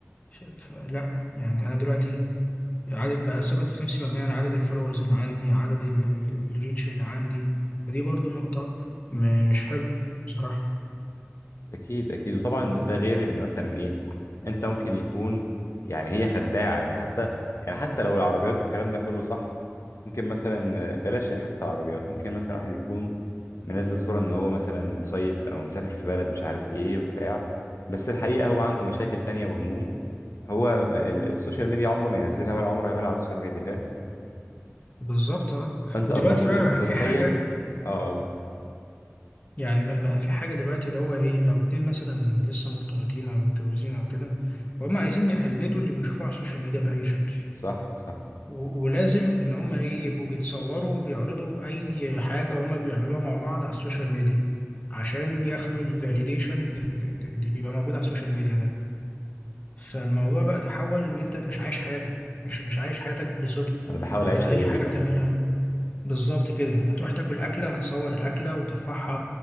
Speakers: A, on the left; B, on the left.
A: ف- فلا يعني أنا دلوقتي عدد بقى ثقتي في نفسي مبنية على عدد الفولورز اللي عندي عدد ال- ال- الريتش اللي عندي فدي برضو نقطة م- مش حلو بصراحة
B: اكيد اكيد وطبعا ده غير ان مثلا ايه انت ممكن يكون يعني هي خداعه يعني حتى يعني حتى لو العربيات والكلام ده كله صح ممكن مثلا بلاش حته العربيات ممكن مثلا واحد يكون منزل صوره ان هو مثلا مصيف او مسافر في بلد مش عارف ايه وبتاع بس الحقيقه هو عنده مشاكل تانية وهموم هو ال- السوشيال ميديا عمره ما ينزلها ولا عمره هيقولها على السوشيال ميديا فاهم
A: بالظبط اه
B: فانت
A: ودلوقتي
B: اصبحت
A: بقى
B: بتتخيل
A: بقى في حاجة
B: اه اقول
A: يعني بقى بقى في حاجة دلوقتي اللي هو إيه لو اتنين مثلا لسه مرتبطين أو متجوزين أو كده فهم عايزين يقلدوا اللي بيشوفوه على السوشيال ميديا بأي شكل
B: صح صح
A: و- ولازم إن هم إيه يبقوا بيتصوروا وبيعرضوا أي حاجة هما بيعملوها مع بعض على السوشيال ميديا عشان ياخدوا الفاليديشن اللي بيبقى موجود على السوشيال ميديا ده فالموضوع بقى تحول إن أنت مش عايش حياتك مش مش عايش حياتك بصدق
B: انا بحاول
A: أنت
B: اعيش
A: أي
B: لغيري
A: حاجة
B: بقى
A: بتعملها بالظبط كده هتروح تاكل أكلة هتصور الأكلة وترفعها